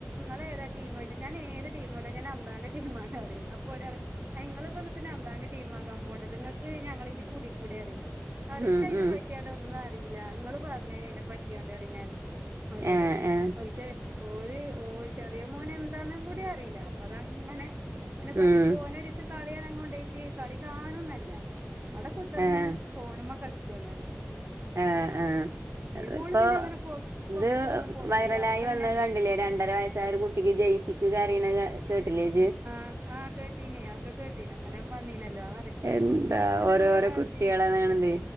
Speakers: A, on the right; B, on the right.
A: <unintelligible> ഏതാ ടീം ചോയ്ച്ചും ഞാൻ ഏത് ടീം അല്ല ഞാൻ അള്ളാന്റെ ടീമാണ് പറയും അപ്പോല് പറയും നിങ്ങള് ഇപ്പെന്തിന അള്ളാന്റെ ടീമാകാൻ പോകണത് നിങ്ങൾക്ക് ഞങ്ങളെ കൂടെ കൂടി അറിയും <unintelligible>
B: ഉം ഉം
A: പറ്റിയാണ്ട് ഒന്നും അറിയില്ല നിങ്ങള് പറഞ് തരി അതിനെ പറ്റിയാണ്ട്. അറിഞ്ഞഞാൻ ഓലോടെ
B: ആഹ് ആഹ്
A: ഒൽക്ക് ഓര് ഓ ചെറിയ മോന് എന്താന്ന് കൂടി അറിയില്ല അപ്പ അതങ്ങനെ പറ്റിപ്പോ
B: ഉം
A: ഓന- കളി കാണാൻ കൊണ്ടയിട്ട് കളി കാണോന്നല്ല അവിടെ കുത്തിർന്ന്
B: ആഹ്
A: ഫോണ് മ്മ കളിച്ചാണറയും
B: ആഹ് ആഹ് ആഹ്
A: മോള്
B: ഇപ്പോ
A: പിന്നെ അങ്ങനെ പൊ പൊറത്ത്
B: ഇത്
A: കൂടെ ഒന്നും പോകൂല
B: വൈറലായി
A: അവക്ക് പിന്നെ
B: വന്നത് കണ്ടില്ലേ രണ്ടര വയസ്സായ ഒരു കുട്ടി- കുട്ടിക്ക് ജയ്സിക്ക് കരയ്ണ കേട്ടില്ലേ ജ്ജ്
A: ആഹ് ആഹ് കേട്ടീന് ഒക്കെ കേട്ടീന് അങ്ങനെ വന്നീനല്ലോ
B: എന്താ
A: കുട്ട്യാക്കും ഉണ്ടല്ലോ
B: ഓരോഓരോ
A: ഓരോ വാശി
B: കുട്ടികളാന്നാണത്